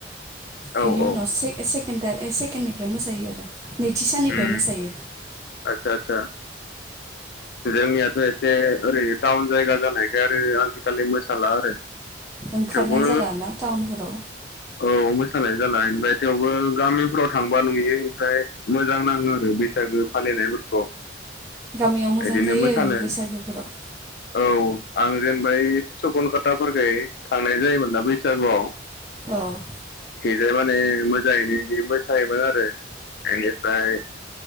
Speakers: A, on the left; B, on the right.
A: औ
B: बेनि
A: औ
B: उनाव से सेकोण। सिकेननिफ्राय मोसायो आरो। नैथि साननिफ्राय
A: उ
B: मोसायो
A: आतसा आतसा। जोंनियाथ' एसे ओरै टाउन जायगा जानायखाय आरो आजिखालि मोसाला आरो।
B: ओंखारनाय
A: थेवबो
B: जालाना टाउनफोराव।
A: औ मोसानाय जाला ओमफ्राय थेवबो गामिफोराव थांबा नुयो ओमफ्राय। मोजां नाङो आरो बैसागो फालिनायफोरखौ।
B: गामियाव मोजां
A: बिदिनो
B: जायो
A: मोसानो
B: बैसागोफोराव।
A: औ आं जेनेबा सपन कटाफोरखै थांनाय जायोमोनना बैसागुआव।
B: औ।
A: बे माने मोजाङैनो बि मोसायोमोन आरो। बेनिफ्राय